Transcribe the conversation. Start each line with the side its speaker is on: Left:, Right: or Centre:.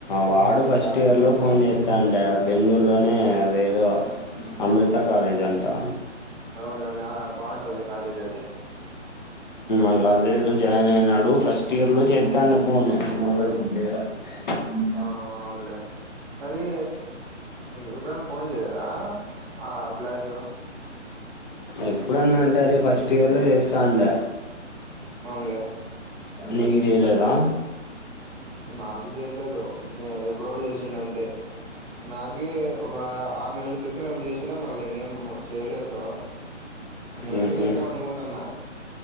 Left: వాడు ఫస్ట్ ఇయర్ లో ఫోన్ చేత్తాండే బెంగళూరులోనే అదేదో అమృత కాలేజ్ అంటా
Right: అవునులే అవునులే ఆ బాగుంటాదిలే కాలేజ్ అది
Left: ఆ కాలేజీ లో జాయిన్ అయినాడు ఫస్ట్ ఇయర్ లో చేత్తాండే ఫోను మళ్ళా ఇప్పుడు చేయిలా అవునా
Right: ఆ అవునులే మరి ఎప్పుడన్నా ఆ ఫోన్ చేయలేదా ఆ అభిలాషు
Left: ఎప్పుడన్నా అంటే అదే ఫస్ట్ ఇయర్ లో చేస్తాండా
Right: అవునులే
Left: నీకు చేయలేదా
Right: నాకు చేయలేదు ఎప్పుడో చేసిండే అంతే నాకీ ఒక ఆరు నెలల క్రితం ఏం చేసిండా మళ్ళా ఇంకేం చేయలేదు నేనే
Left: మ్మ్
Right: చేద్దాం
Left: హ్మ్
Right: అనుకుంటున్నా